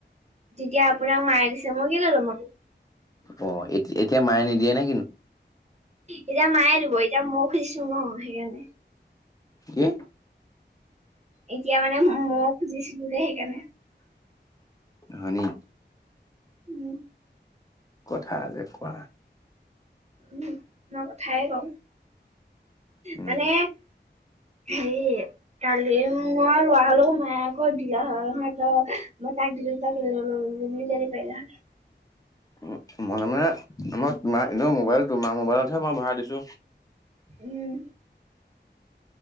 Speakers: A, on the right (about 35°); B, on the left (about 20°).
A: যেতিয়া আপোনাক মায়ে দিছে মই কেলে লম আ
B: অ', এতিয়া এতিয়া মায়ে নিদিয়ে নে কিন
A: এতিয়া মায়ে দিব এতিয়া ময়ো খুজিছো ন' সেইকাৰণে।
B: কি?
A: এতিয়া মানে ময়ো খুজিছিলোঁ যে সেইকাৰণে
B: হয়নি?
A: উম
B: কথা যে কোৱা।
A: উম, মই কথাই কওঁ,
B: উম।
A: মানে হেৰি কালি মই লোৱা হ'লেও মায়ে ক'ত দিলা হয় সিহঁতৰ মই তাক দিলো <unintelligible> জানি পাৰিলা হ'লে।
B: উম, মান মানে আমই তোমাৰ এনে মোবাইল তোমাৰ মোবাইলতহে মই ভাৰাই দিছোঁ।
A: উম।